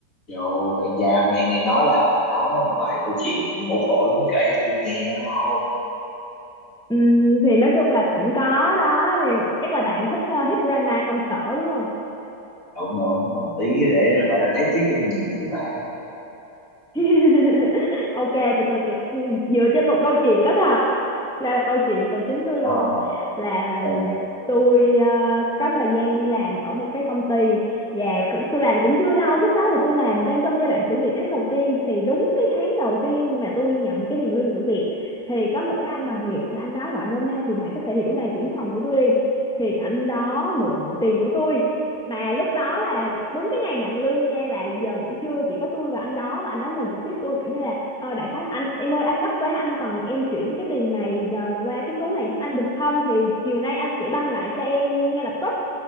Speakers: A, on the left (about 45°); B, in the centre.
A: Dù vậy ra hôm nay nghe nói là bạn có một vài câu chuyện mổ phổi muốn kể cho tôi nghe đúng không?
B: Ừm, thì nói chung là cũng có đó thì chắc là bạn thích uh, Hit Grandma công sở đúng không?
A: Độn độn làm tí để gọi là lấy tí kinh nghiệm chứ bạn.
B: <laughs> ok thì tôi sẽ dựa trên một câu chuyện có thật là, là câu chuyện tôi chính tôi
A: Ờ,
B: luôn là
A: ok.
B: tôi ờ, có thời gian đi làm ở một cái công ty và c- tôi làm cũng chưa lâu lúc đó thì tôi làm đang trong giai đoạn thử việc tháng đầu tiên thì đúng cái tháng đầu tiên mà tôi nhận cái tiền lương thử việc thì có một cái anh đồng nghiệp thì anh đó gọi nôm na thì bạn có thể hiểu là trưởng phòng của tôi đi thì anh đó mượn tiền của tôi mà lúc đó là đúng cái ngày nhận lương nha là giờ nghỉ trưa chỉ có tôi và anh đó và anh đó nhờ trực tiếp tôi kiểu như là ờ, đại khái là anh em ơi anh gấp quá anh cần em chuyển cái tiền này giờ qua cái số này giúp anh được không thì chiều nay anh sẽ banh lại cho em ngay lập tức